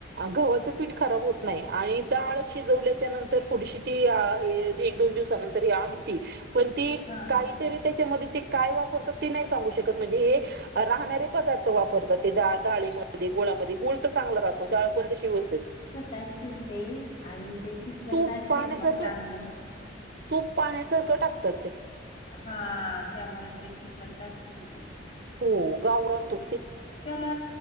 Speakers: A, on the right (about 60°); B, on the left (about 50°).
A: गव्हाचं पीठ खराब होत नाही आणि दळ. शिजवल्याच्या नंतर थोडीशी ती एक दोन दिवसानंतर ह आमटी पण ती
B: हा
A: काहीतरी त्याच्यामध्ये ते काय वापरतात ते नाही सांगू शकत म्हणजे हे. राहणारे पदार्थ वापरतात ते डाळीमध्ये गोळामध्ये गुळ चांगला राहतो जाळण त व्यस्थेत
B: त असतील ते आणि ते टिकत
A: तूप
B: असेल
A: पाण्यासारखं
B: मग चांगलं.
A: तूप पाण्यासारखं टाकतात ते
B: हा त्यामुळे ते टिकत असेल ते
A: हो गाौर तु
B: त्याला